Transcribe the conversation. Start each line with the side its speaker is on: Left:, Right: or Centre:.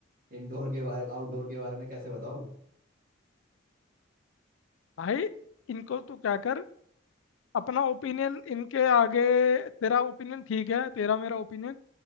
Right: इंडोर के बारे आउटडोर के बारे में कैसे बताऊं
Left: भाई इनको तू क्या कर अपना ओपिनियन इनके आगे तेरा ओपिनियन ठीक है तेरा मेरा ओपिनियन